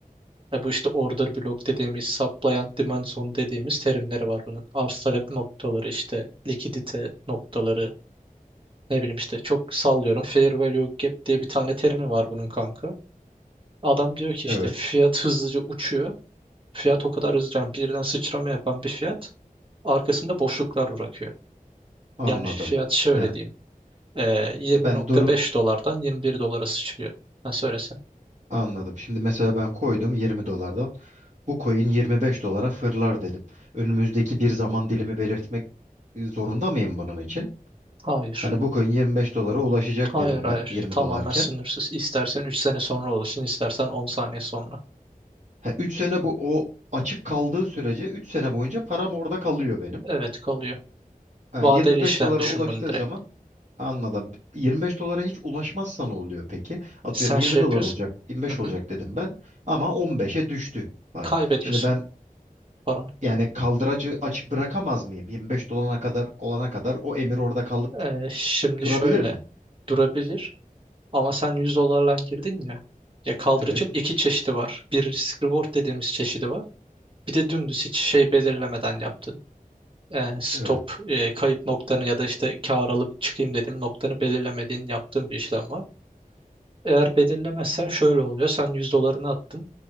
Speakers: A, on the right (about 35°); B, on the right (about 50°).
A: E bu işte order block dediğimiz, supply and demand zone dediğimiz terimleri var bunun. Arz talep noktaları işte likidite noktaları ne bileyim işte çok sallıyorum. Fair value gap diye bir tane terimi var bunun kanka. Adam diyor ki
B: Evet.
A: işte fiyat hızlıca uçuyor. Fiyat o kadar hızlıca yani birden sıçrama yapan bir fiyat arkasında boşluklar bırakıyor.
B: Anladım.
A: Yani fiyat şöyle
B: Yani
A: diyeyim. Ee, 20.5
B: ben durup
A: dolardan 21 dolara sıçrıyor. Ha söylesen.
B: anladım. Şimdi mesela ben koydum 20 dolardan. Bu coin 25 dolara fırlar dedim. Önümüzdeki bir zaman dilimi belirtmek e, zorunda mıyım bunun için?
A: Hayır.
B: Hani bu coin 25 dolara ulaşacak
A: Hayır
B: dedim
A: hayır.
B: ben 20
A: Tamamen
B: dolarken.
A: sınırsız. İstersen 3 sene sonra olursun, istersen 10 saniye sonra.
B: Ha, 3 sene bu o açık kaldığı sürece 3 sene boyunca param orada kalıyor benim.
A: Evet kalıyor.
B: Ha,
A: Vadeli
B: 25
A: işlem
B: dolara
A: düşün
B: ulaştığı
A: bunu direkt.
B: zaman anladım. 25 dolara hiç ulaşmazsa ne oluyor peki? Atıyorum
A: Sen
B: 20
A: şey yapıyorsun.
B: dolar olacak, 25
A: Hı
B: olacak
A: hı.
B: dedim ben ama 15'e düştü param.
A: Kaybediyorsun
B: Şimdi ben
A: paranı.
B: yani kaldıracı açık bırakamaz mıyım? 25 dolana kadar olana kadar o emir orada kalıp
A: Ee, şimdi
B: Durabilir
A: şöyle
B: mi?
A: durabilir ama sen 100 dolarla girdin ya. Ya kaldırıcın
B: Evet.
A: iki çeşidi var. Bir risk reward dediğimiz çeşidi var. Bir de dümdüz hiç şey belirlemeden yaptığın. e, stop
B: Evet.
A: e, kayıp noktanı ya da işte kar alıp çıkayım dediğim noktanı belirlemediğin yaptığın bir işlem var. Eğer belirlemezsen şöyle oluyor. Sen 100 dolarını attın.